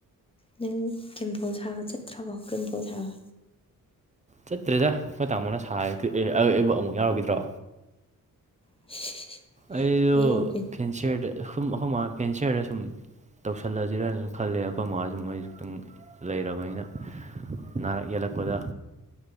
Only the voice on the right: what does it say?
ꯆꯠꯇ꯭ꯔꯦꯗꯥ ꯑꯩꯈꯣꯏ ꯇꯥꯃꯣꯅ ꯁꯥꯏ ꯀꯦ ꯑꯦ ꯑꯩꯕꯨ ꯑꯃꯨꯛ ꯌꯥꯎꯔꯨꯈꯤꯗ꯭ꯔꯣ
ꯑꯩꯗꯣ
ꯐꯦꯟꯁꯤꯌꯥꯔꯗ ꯁꯨꯝ ꯑꯩꯈꯣꯏꯃꯥ ꯐꯦꯟꯁꯤꯌꯔꯗ ꯁꯨꯝ ꯇꯧꯁ ꯍꯜꯂꯛꯑꯖꯤꯔꯖꯨ ꯈꯜꯂꯦ ꯑꯩꯈꯣꯏ ꯃꯥꯍꯣꯏ ꯃꯣꯏ ꯇꯪ ꯂꯩꯔꯕꯅꯤꯅ ꯅꯥꯔꯛ ꯌꯦꯛꯂꯛꯄꯗ